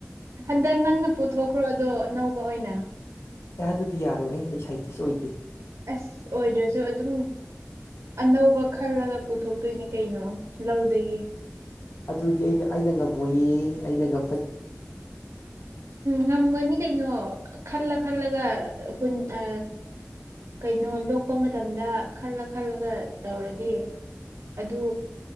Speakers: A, on the right (about 75°); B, on the left (about 65°).
A: ꯍꯟꯗꯛ ꯅꯪꯅ ꯄꯨꯊꯣꯛꯈ꯭ꯔꯣ ꯑꯗꯣ ꯑꯅꯧꯕ ꯑꯣꯏꯅ
B: ꯑꯦ ꯑꯗꯨꯗꯤ ꯌꯥꯔꯣꯍꯦ ꯑꯩ ꯁꯥꯏꯠꯇꯤꯁ ꯑꯣꯏꯗꯦ
A: ꯑꯁ ꯑꯣꯏꯗ꯭ꯔꯁꯨ ꯑꯗꯨꯝ ꯑꯅꯧꯕ ꯈꯜꯂꯒ ꯄꯨꯊꯣꯛꯇꯣꯏꯅꯤ ꯀꯩꯅꯣ ꯂꯧꯗꯒꯤ
B: ꯑꯗꯨꯗꯤ ꯑꯩꯅ ꯑꯩꯅ ꯉꯝꯃꯣꯏꯌꯦ ꯑꯩꯅ ꯉ
A: ꯉꯝꯃꯅꯤ ꯀꯩꯅꯣ ꯈꯜꯂ ꯈꯜꯂꯒ ꯍꯟ ꯑ ꯀꯩꯅꯣ ꯂꯣꯛꯄ ꯃꯇꯝꯗ ꯈꯜꯂ ꯈꯜꯂꯒ ꯇꯧꯔꯗꯤ ꯑꯗꯨ